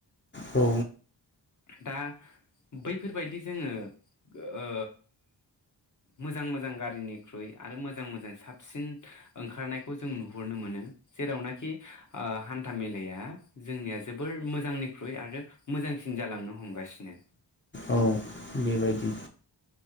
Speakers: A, on the left; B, on the left.
A: औ
B: दा बैफोरबायदि जोङो ओ मोजां मोजां गारिनिख्रुइ आरो मोजां मोजां साबसिन ओंखारनायखौ जों नुहरनो मोनो जेरावनाखि आ हान्था मेलाया जोंनिया जोबोर मोजांनिख्रुइ आरो मोजांसिन जालांनो हमगासिनो।
A: औ बेबायदि